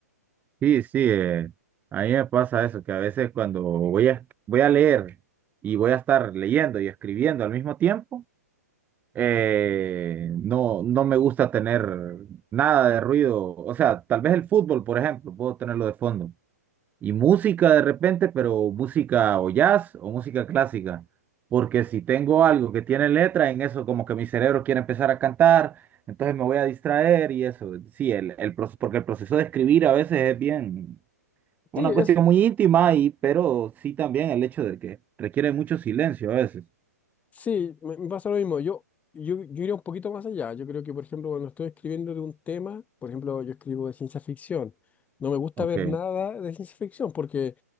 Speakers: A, on the right; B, on the left.
A: Sí, sí, eh, a mí me pasa eso, que a veces cuando voy a, voy a leer y voy a estar leyendo y escribiendo al mismo tiempo, Eh, no, no me gusta tener nada de ruido. O sea, tal vez el fútbol, por ejemplo, puedo tenerlo de fondo. Y música de repente, pero música o jazz o música clásica. Porque si tengo algo que tiene letra, en eso como que mi cerebro quiere empezar a cantar, entonces me voy a distraer y eso. Sí, el, el proceso, porque el proceso de escribir a veces es bien una
B: Sí, es,
A: cuestión muy íntima, y, pero sí también el hecho de que requiere mucho silencio a veces.
B: sí, me, me pasa lo mismo. Yo, yo, yo iría un poquito más allá. Yo creo que, por ejemplo, cuando estoy escribiendo de un tema, por ejemplo, yo escribo de ciencia ficción. No me gusta
A: Ok.
B: ver nada de ciencia ficción porque